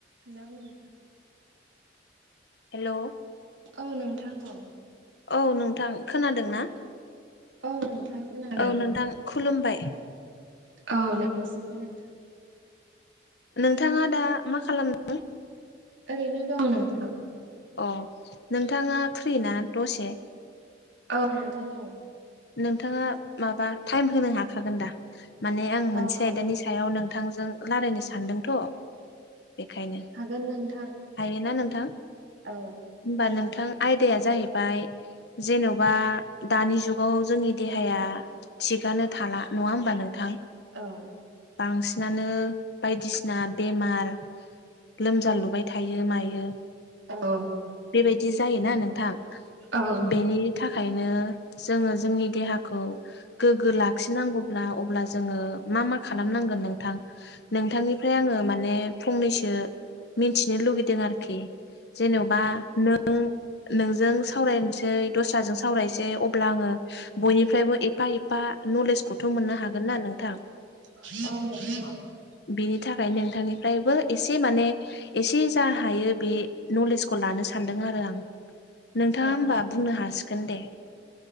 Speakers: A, on the right (about 85°); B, on the left (about 60°).
A: Hello नों
B: hello
A: औ नोंथां औ
B: औ नोंथां खोनादोंना?
A: औ नोंथां। खोनादों
B: औ नोंथां खुलुमबाय।
A: औ नोंनिसिमबो नोंथां।
B: नोंथाङा दा मा खालामदों?
A: ओरै दं नोंथां।
B: अ नोंथाङा फ्रि ना दसे?
A: औ नोंथां औ।
B: नोंथाङा माबा टाइम होनो हाखागोन दा? माने आं मोनसे
A: औ हागोन
B: आयदानि
A: नोंथां
B: सायाव नोंथांजों
A: औ
B: रालायनो सानदोंथ' बेखायनो
A: हागोन नोंथां
B: हायोना नोंथां।
A: औ
B: होमबा नोंथां आयदाया जाहैबाय जेन'बा दानि जुग गाव जोंनि देहाया थिगानो थाला नङा होमबा नोंथां।
A: औ
B: बांसिनानो बायदिसिना बेमार लोमजा लुबाय थायो मायो।
A: औ
B: बेबायदि जायोना नोंथां
A: औ
B: बेनि थाखायनो जोङो जोंनि देहाखौ गोग्गो लाखिनांगौब्ला अब्ला जोङो मा मा खालामनांगोन नोंथां नोंथांनिफ्राय आङो माने फंनैसो मिथिनो लुगैदों आरोखि। जेनेबा नों नोंजों सावरायनोसै दस्राजों सावरायसै। आङो बयनिफ्रायबो एफा एफा नलेजखौथ' मोननो हागोन ना नोंथां।
A: औ नंगौ
B: बिनि थाखाय नोंथांनिफ्रायबो एसे माने एसे जा हायो बे नलेजखौ लानो सानदों आरो आं नोंथाङा
A: औ
B: होमबा बुंनो हासिगोन दे।